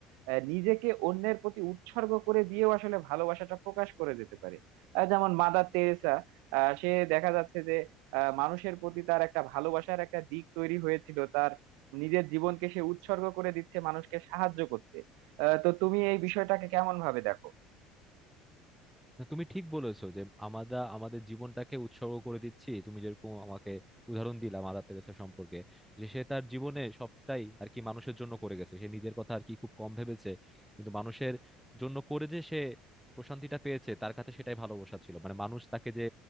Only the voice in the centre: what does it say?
না, তুমি ঠিক বলেছো যে আমরা আমাদের জীবনটাকে উৎসর্গ করে দিচ্ছি তুমি যেরকম আমাকে উদাহরণ দিলা মাদার তেরেসা সম্পর্কে যে সে তার জীবনে সবটাই আর কি মানুষের জন্য করে গেছে সে নিজের কথা আর কি খুব কম ভেবেছে কিন্তু মানুষের জন্য করে যে সে প্রশান্তিটা পেয়েছে তার কাছে সেটাই ভালোবাসা ছিল মানে মানুষ তাকে যে